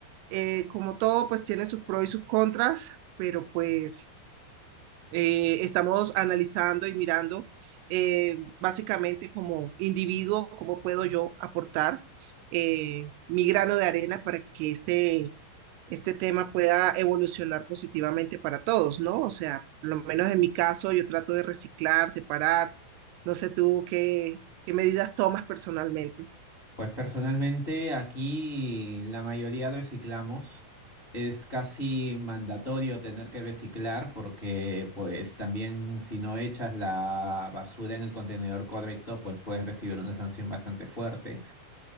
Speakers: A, on the right (about 85°); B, on the left (about 30°).
A: Eh, como todo, pues tiene sus pros y sus contras, pero pues eh, estamos analizando y mirando eh, básicamente como individuo, cómo puedo yo aportar eh, mi grano de arena para que este, este tema pueda evolucionar positivamente para todos, ¿no? O sea, por lo menos en mi caso, yo trato de reciclar, separar. No sé tú qué, qué medidas tomas personalmente.
B: Pues personalmente aquí la mayoría reciclamos. Es casi mandatorio tener que reciclar porque pues también si no echas la basura en el contenedor correcto pues puedes recibir una sanción bastante fuerte.